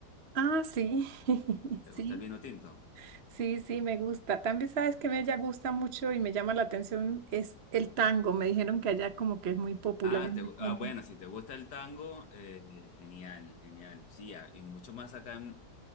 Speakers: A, on the right; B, on the left.
A: Ah, sí, <laughs>
B: ¿Te
A: sí,
B: gusta el vino tinto?
A: sí, sí, me gusta. También sabes que me ya gusta mucho y me llama la atención es el tango. Me dijeron que allá como que es muy popular
B: Ah,
A: en
B: te gu-
A: el común.
B: ah, bueno, si te gusta el tango, eh, genial, genial. Sí, ah, y mucho más acá en,